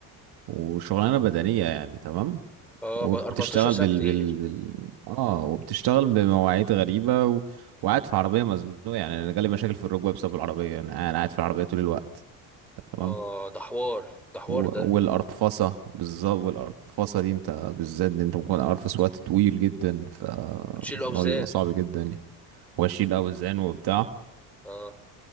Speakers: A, on the right (about 65°); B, in the centre.
A: وشغلانه بدنيه يعني تمام
B: اه
A: وبتشتغل
B: ب- 14 ساعة
A: بال
B: كتير
A: بال, بال... اه وبتشتغل بمواعيد غريبه و... وقاعد في عربيه مزنوقه يعني انا جالي مشاكل في الركبه بسبب العربيه انا أنا قاعد في العربيه طول الوقت تمام
B: اه ده حوار ده حوار
A: و-
B: ده
A: والقرفصة بالظبط والقرفصة دي انت بالذات دي انت ممكن قرفص وقت طويل جدا فالموضوع
B: بتشيلوا اوزان
A: بيبقى صعب جدا واشيل اوزان وبتاع
B: اه